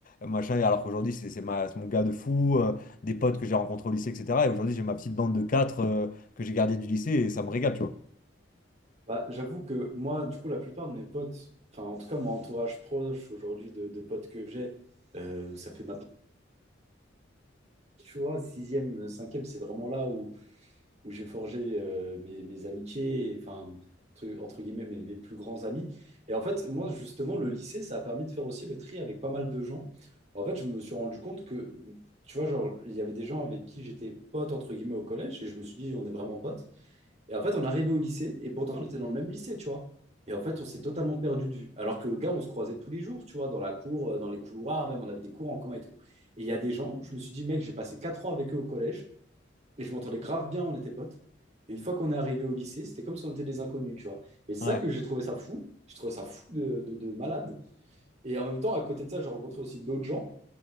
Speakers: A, on the left; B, on the right.
A: machin, et alors qu'aujourd'hui, c'est c'est ma- c'est mon gars de fou, euh, des potes que j'ai rencontrés au lycée, etc. Et aujourd'hui, j'ai ma petite bande de quatre euh, que j'ai gardée du lycée, et ça me régale, tu vois.
B: Bah, j'avoue que moi, du coup, la plupart de mes potes, enfin, en tout cas, mon entourage proche aujourd'hui de, de potes que j'ai, euh, ça fait maintenant, tu vois, sixième, euh, cinquième, c'est vraiment là où, où j'ai forgé euh, mes, mes amitiés, et, enfin, entre, entre guillemets, mes, mes plus grands amis. Et en fait, moi, justement, le lycée, ça a permis de faire aussi le tri avec pas mal de gens. En fait, je me suis rendu compte que, tu vois, genre, il y avait des gens avec qui j'étais pote, entre guillemets, au collège, et je me suis dit, on est vraiment potes. Et en fait, on arrivait au lycée, et pourtant, on était dans le même lycée, tu vois. Et en fait, on s'est totalement perdu de vue. Alors que, gars, on se croisait tous les jours, tu vois, dans la cour, euh, dans les couloirs, même, on avait des cours en commun et tout. Et il y a des gens, je me suis dit, mec, j'ai passé 4 ans avec eux au collège, et je m'entendais grave bien, on était potes. Et une fois qu'on est arrivé au lycée, c'était comme si on était des inconnus, tu vois. Et c'est
A: Ouais,
B: ça que j'ai trouvé ça fou. J'ai trouvé ça fou de, de, de malade. Et en même temps, à côté de ça, j'ai rencontré aussi d'autres gens.